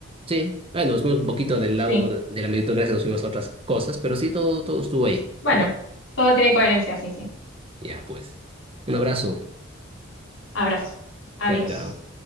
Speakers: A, on the right; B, on the left.
A: Sí, bueno, nos fuimos un poquito del lado
B: sí,
A: de la meritocracia, nos fuimos a otras cosas, pero sí, todo, todo estuvo ahí.
B: bueno,
A: ¿no?
B: todo tiene coherencia, sí, sí.
A: Ya, pues. Un abrazo.
B: Abrazo. Adiós.
A: Chao, chao.